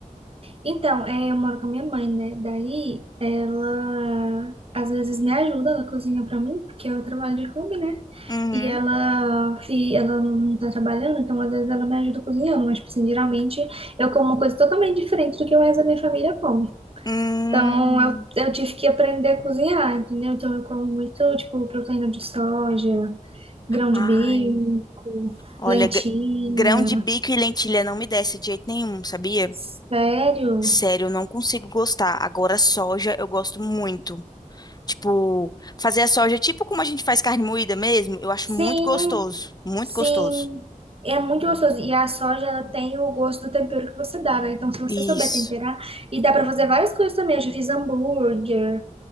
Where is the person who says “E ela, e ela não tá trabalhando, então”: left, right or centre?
Right